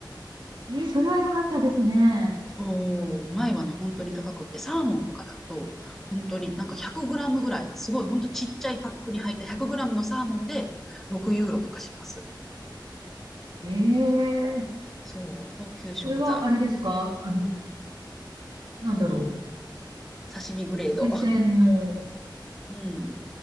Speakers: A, on the right (about 75°); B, in the centre.
A: えーそれは良かったですね。
B: そう、前はね、本当に高くって、サーモンとかだと、本当になんか100グラムぐらい、すごい本当ちっちゃいパックに入った100グラムのサーモンで6ユーロとかします。
A: ええー
B: そう、高級食材。
A: それはあれですかあの、なんだろ
B: うん、刺身グレード。
A: う。沿線の
B: うん、